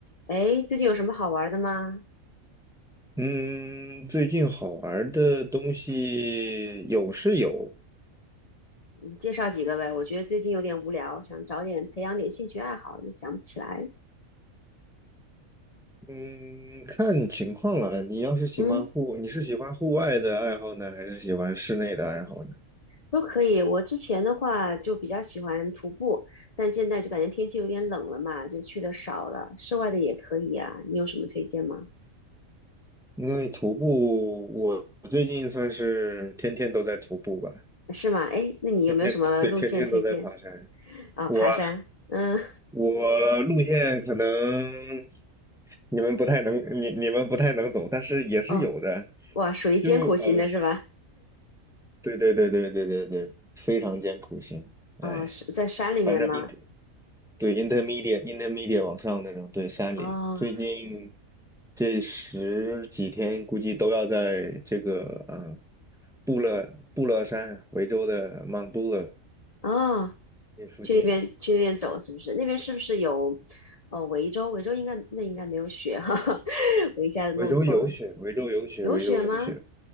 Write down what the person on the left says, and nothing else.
哎，最近有什么好玩的吗？
你介绍几个呗。我觉得最近有点无聊，想找点培养点兴趣爱好，又想不起来。
嗯，
都可以。我之前的话就比较喜欢徒步，但现在就感觉天气有点冷了嘛，就去的少了。室外的也可以啊，你有什么推荐吗？
是吗？哎，那你有没有什么路线推荐？
啊、
爬山。嗯，
哦，哇，属于艰苦型的是吧？
哦，是在山里面吗？
哦。
哦，
去那边去那边走，是不是？那边是不是有呃维州？维州应该那应该没有雪哈哈，<laughs> 我一下子弄错了，
有雪吗？